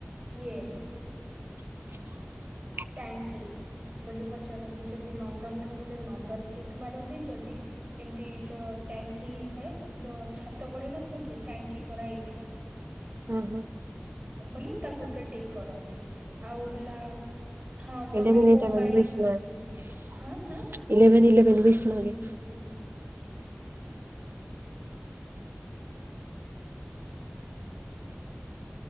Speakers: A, on the right (about 30°); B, on the right (about 60°).
A: ଇଏ।
B: <inaudible>
A: ଟାଙ୍କି ବୋଲି ପଚାରନ୍ତି ଯ ଯଦି ନନ୍ଦ ହେଇଥିବ ବୋଲି ନନ୍ଦରେ ଟିକ ମାରନ୍ତି ଯଦି ଏମିତି ଏମତି ଜ ଟାଙ୍କି ହେଇଥାଏ। ଯୋ ଛାତ ପଡି ନଥାଏ କିି ଟାଙ୍କି କରାହେଇକି।
B: ହୁଁ ହୁଁ
A: ବଲେ ତାକୁ ସେ ଟିକ୍ କରନ୍ତି ଆଉ ହେଲା। ହଁ ତମେ
B: ଏଇଟା କୁ ଏଇଟା
A: କୋଉ ପାଣି
B: କରିବୁ ବିଶମାଗ
A: ହଁ ହଁ
B: ଇଲେଭେ we are very very sorry.